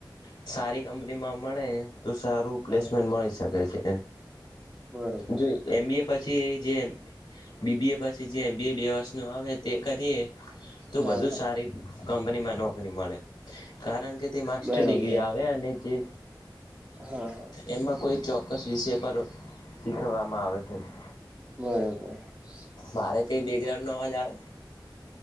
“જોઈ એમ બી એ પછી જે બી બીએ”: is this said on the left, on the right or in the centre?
Left